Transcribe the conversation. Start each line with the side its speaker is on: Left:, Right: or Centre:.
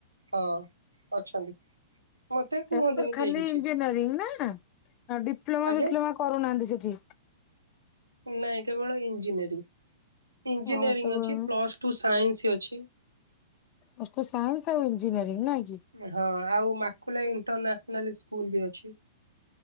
Right: ହଁ ଅଛନ୍ତି। ମତେ କୁହନ୍ତିନି
Left: ତାଙ୍କର ଖାଲି
Right: କେହି କିଛି
Left: ଇଞ୍ଜିନିୟରିଂ ନା ଡିପ୍ଲୋମା,
Right: ଆଜ୍ଞା
Left: ଫିପ୍ଲୋମା କରୁନାହାନ୍ତି ସେଠି।
Right: ନାଇଁ କେବଳ ଇଞ୍ଜିନିୟରିଂ, ଇଞ୍ଜିନିୟରିଂ
Left: ହଁ କେବଳ
Right: ଅଛି ପ୍ଲସ୍ ଟୁ ସାଇନ୍ସି ଅଛି।
Left: ପ୍ଲସ ଟୁ ସାଇନ୍ସି ଆଉ ଇଜିନିୟରିଂ ନାଁ କି।
Right: ହଁ ଆଉ ମାକୁଲା ଇଣ୍ଟରନ୍ୟାସନାଲ ସ୍କୁଲ ବି ଅଛି।